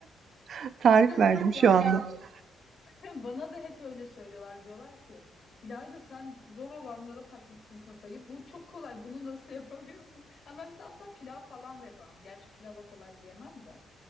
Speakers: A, on the right; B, on the left.
A: <laughs> Tarif
B: <laughs>
A: verdim şu
B: Ya
A: anda.
B: hep Hem Bana da hep öyle söylüyorlar. Diyorlar ki İlayda sen zor olanlara takmışsın kafayı. Bu çok kolay. Bunu nasıl <laughs> yapamıyorsun? Ama ben mesela asla pilav falan da yapamam. Gerçi pilava kolay diyemem de.